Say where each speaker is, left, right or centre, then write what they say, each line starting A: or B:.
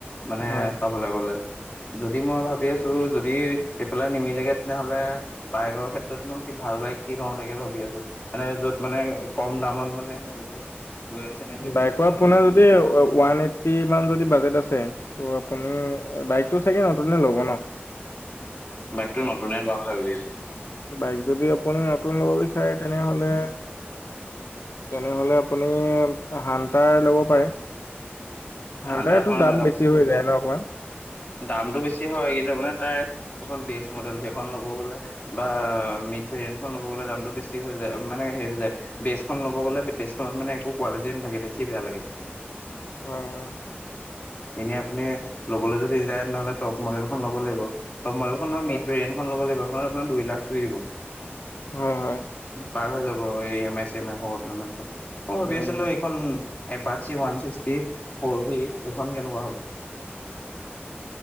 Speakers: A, on the left; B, on the left.
A: মানে
B: হয় হয়।
A: চাবলৈ গ'লে। যদি মই ভাবি আছো যদি এইফালে নিমিলেগে তেনেহ'লে বাইকৰ ক্ষেত্ৰতনো কি ভাল বাইক কি লওঁ তাকে ভাবি আছো। মানে য'ত মানে কম দামত মানে, ধৰি লওক চেনেল এবিএছ
B: বাইকৰ
A: টাইপৰ
B: আপোনাৰ
A: মানে
B: যদি ওৱান এইট্টি মান যদি বাজেট আছে, ত' আপুনি বাইকটো চাগে নতুন ল'ব ন?
A: বাইকটো নতুনে লোৱাৰ কথা ভাবি আছো।
B: বাইক যদি আপুনি নতুন লব বিচাৰে তেনেহলে তেনেহ'লে আপুনি হানটাৰ ল'ব পাৰে। সানটাৰটো
A: হান্তাৰখনত
B: দাম বেছি হৈ যায় ন অকমান।
A: দামটো বেছি হয় কিন্ত মানে তাইখন বেষ্ট মডেল সেইখন ল'ব গ'লে বা মিড ভেৰিয়েন খন লব গলে দামটো বেছি হৈ যায় মানে হেৰি হৈ যায়। বেজখন লব গ'লে বেজখনত মানে একো কোৱালিটিয়ে নাথাকে দেখি বেয়া লাগে।
B: হয় হয়।
A: এনেই আপুনি ল'বলৈ যদি যায় তেনেহ'লে টপ মডেল খন ল'ব লাগিব টপ মডেল খন নহয়
B: হয়,
A: মিড ভেৰিয়েন খন লব লাগিব সেইখনত আপোন দুই লাখ চুই দিব।
B: হয় হয়।
A: পাৰ হৈ যাব ই এম আই চে মাই ভৰোতে। মই ভাবি
B: উম,
A: আছিলোঁ এখন এপাচি ৱানছিক্সটি ফৰ ভি সেখন কেনেকুৱা হ'ব।